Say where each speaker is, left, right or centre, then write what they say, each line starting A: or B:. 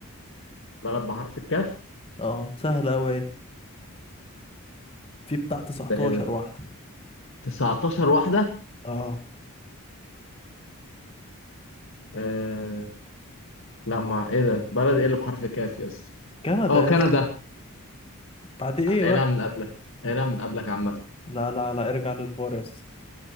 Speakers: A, on the left (about 55°); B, on the left (about 25°).
A: بلد بحرف الكاف
B: اه سهلة اوي أهي. في بتاع 19
A: ده ايه ده
B: واحدة
A: 19 واحدة
B: اه
A: آه، لا ما ايه ده بلد ايه اللي بحرف كاف يا اسطى
B: كندا
A: اه كندا
B: يس بعد ايه
A: قايلها
B: بقى
A: من قبلك قايلها من قبلك عامة
B: لا لا لا ارجع للفار يس